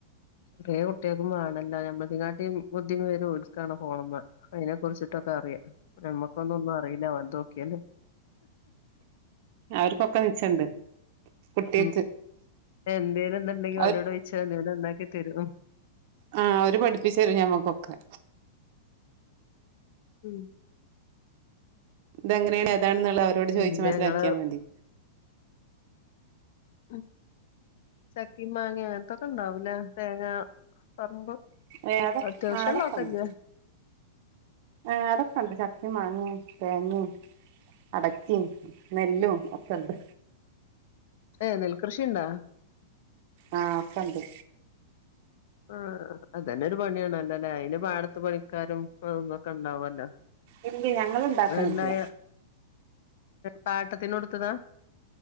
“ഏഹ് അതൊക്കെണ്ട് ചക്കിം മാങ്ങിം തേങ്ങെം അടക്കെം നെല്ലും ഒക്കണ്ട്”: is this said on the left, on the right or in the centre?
Right